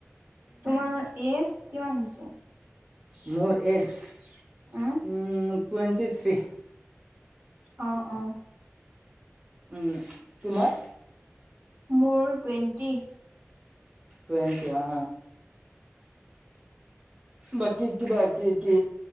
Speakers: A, on the right (about 50°); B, on the right (about 25°).
A: তোমাৰ
B: <unintelligible>
A: এজ কিমান হৈছে?
B: মোৰ এজ উ
A: উম,
B: টুৱেণ্টি থ্ৰী।
A: অ অ।
B: উম, তোমাৰ?
A: মোৰ টুৱেণ্টি।
B: টুৱেন্টি অ। বা কি কিবা কি কি